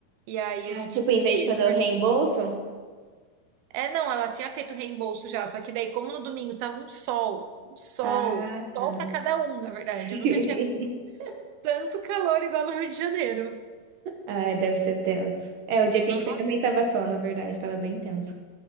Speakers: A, on the right (about 80°); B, on the right (about 65°).
A: E aí a
B: Ah,
A: gente
B: tipo,
A: não
B: em
A: quis.
B: vez de fazer
A: Por...
B: o reembolso.
A: É, não, ela tinha feito reembolso já, só que daí, como no domingo tava um sol, um sol,
B: Ah,
A: um sol
B: tá.
A: para cada um, na verdade.
B: <laughs>
A: Eu nunca tinha visto tanto calor igual no Rio de Janeiro.
B: Ah, deve ser tenso. É, o dia que
A: No-
B: a gente foi também tava só, na verdade, tava bem tenso.